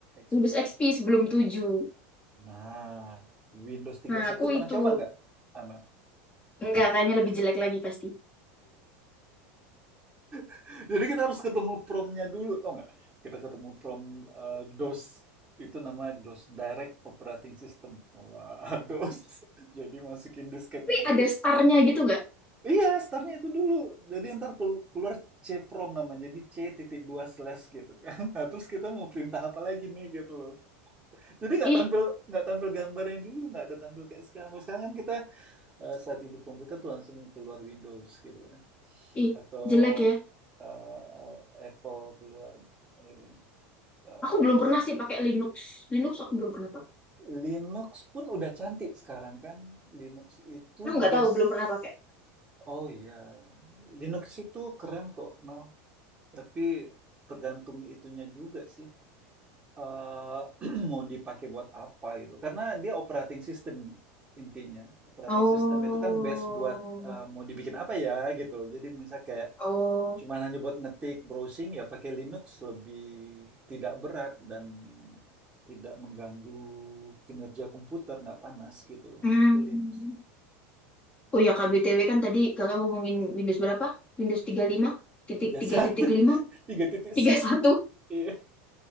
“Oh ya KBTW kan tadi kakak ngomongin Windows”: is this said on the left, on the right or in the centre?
Left